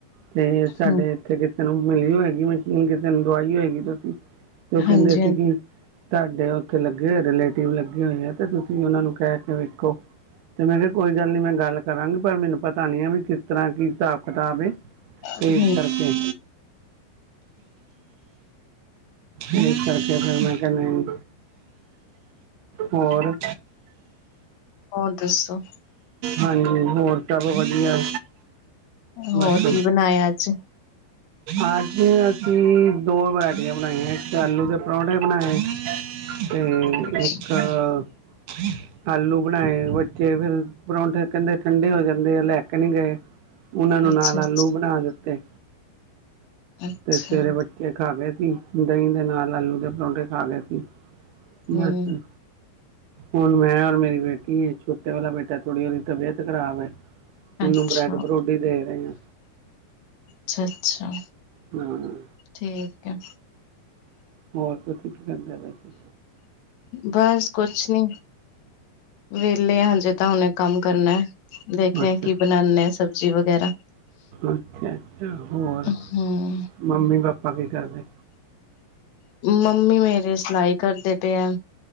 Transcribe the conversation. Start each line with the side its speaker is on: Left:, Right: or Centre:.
Right: ਤੇ ਸਾਡੇ
Left: ਹੂੰ।
Right: ਏੱਥੇ ਕਿਸੇ ਨੂੰ ਮਿਲੀ ਹੋਏਗੀ ਮਸ਼ੀਨ ਕਿਸੇ ਨੂੰ ਦਵਾਈ ਹੋਏਗੀ ਤੁਸੀ ਤੇ ਓ ਕੇਂਦੇ
Left: ਹਾਂਜੀ-ਹਾਂਜੀ,
Right: ਸੀ ਕਿ ਸਾਡੇ ਓਥੇ ਲੱਗੇ ਹੋਏ ਦੇ ਨੇ ਲੇਟਿਵ, ਲੱਗੇ ਹੋਏ ਨੇ ਏੱਥੇ ਤੁਸੀ ਵੀ ਓਨਾ ਨੂੰ ਕੈ ਕੇ ਵੇਖੋ ਤੇ ਮੈਂ ਕੈ ਕੋਈ ਗੱਲ ਨੀ ਮੈਂ ਗੱਲ ਕਰਾਂਗੀ ਪਰ ਮੈਨੂੰ ਪਤਾ ਨੀ ਐ ਵੀ ਕਿਸ ਤਰ੍ਹਾਂ ਕੀ ਹਿਸਾਬ ਕਤਾਬ ਏ ਤੇ
Left: ਹਾਂਜੀ-ਹਾਂਜੀ,
Right: ਏਸ ਕਰਕੇ ਏਸ ਕਰਕੇ ਫੇਰ ਮੈਂ ਕਿਆ ਨਈ ਹੋਰ
Left: ਔਰ ਦੱਸੋ?
Right: ਹਾਂਜੀ, ਹੋਰ ਸਬ ਵਧੀਆ
Left: ਹੋਰ
Right: ਬਸ
Left: ਕੀ ਬਣਾਇਆ ਅੱਜ?
Right: ਅੱਜ ਅਸੀ ਦੋ ਵਰਾਇਟੀਆਂ ਬਣਾਈਐਂ। ਏੱਕ ਤੇ ਆਲੂ ਦੇ ਪਰੌਂਠੇ ਬਨਾਏ ਤੇ
Left: ਅੱਛਾ,
Right: ਇੱਕ ਆਲੂ ਤਾਂਈ ਬੱਚੇ ਫਿਰ ਪਰੌਂਠੇ ਕੇਂਦੇ ਠੰਡੇ ਹੋ ਜਾਂਦੇ ਆ ਲੈ ਕੇ ਨੀ ਗਏ। ਓਨਾਂ ਨੂੰ
Left: ਅੱਛਾ,
Right: ਨਾਲ ਆਲੂ ਬਨ ਦਿੱਤੇ।
Left: ਅੱਛਾ,
Right: ਤੇ ਸਵੇਰੇ ਬੱਚੇ ਖਾ ਗਏ ਸੀ। ਦਹੀਂ ਦੇ ਨਾਲ ਆਲੂ ਦੇ ਪਰੌਂਠੇ ਖਾ ਗਏ ਸੀ। ਮਸੀ
Left: ਹੂੰ,
Right: ਹੁਣ ਮੈਂ ਔਰ ਮੇਰੀ ਬੇਟੀ, ਛੋਟੇ ਵਾਲਾ ਬੇਟਾ ਥੋੜ੍ਹੀ ਔਦੀ ਤਬੀਅਤ ਖਰਾਬ ਐ ਔਨੂੰ
Left: ਅੱਛਾ। ਅੱਛਾ,
Right: ਬ੍ਰੈਡ ਬਰੁਡ ਈ ਦੇ ਰੇ ਆ
Left: ਅੱਛਾ- ਅੱਛਾ।
Right: ਹਾਂ।
Left: ਠੀਕ ਐ।
Right: ਹੋਰ ਤੁਸੀਂ ਕੀ ਕਰਦੇ ਪਏ ਸੀ।
Left: ਬਸ ਕੁਛ ਨੀ, ਵੇਹਲੇ ਹਜੇ ਤਾਂ ਹਲੇ ਕੰਮ ਕਰਨਾ। ਦੇੇਖੇਂ
Right: ਅੱਛਾ
Left: ਕੀ ਬਣਾਨੇ ਆ ਸਬਜ਼ੀ ਵਗੈਰਾ
Right: ਅੱਛਾ- ਅੱਛਾ ਹੋਰ,
Left: ਹੂੰ,
Right: ਮੰਮੀ ਪਾਪਾ ਕੀ ਕਰਦੇ।
Left: ਮੰਮੀ ਮੇਰੇ ਸਿਲਾਈ ਕਰਦੇ ਪਏ ਯਾ,